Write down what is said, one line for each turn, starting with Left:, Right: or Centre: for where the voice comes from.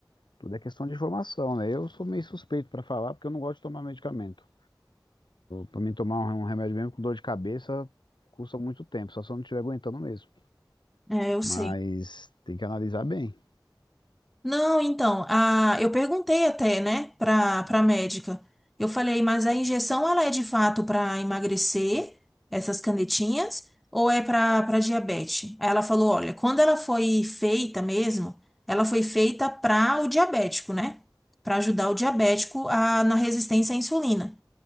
Left: Tudo é questão de informação, né? Eu sou meio suspeito para falar porque eu não gosto de tomar medicamento. para mim tomar um, um remédio mesmo com dor de cabeça custa muito tempo, só se eu não estiver aguentando mesmo.
Centre: É, eu sei.
Left: Mas tem que analisar bem.
Centre: Não, então, a, eu perguntei até, né, pra, pra médica. Eu falei, mas a injeção ela é de fato para emagrecer, essas canetinhas, ou é para para diabetes? Aí ela falou, olha, quando ela foi feita mesmo, ela foi feita para o diabético, né? Para ajudar o diabético a, na resistência à insulina.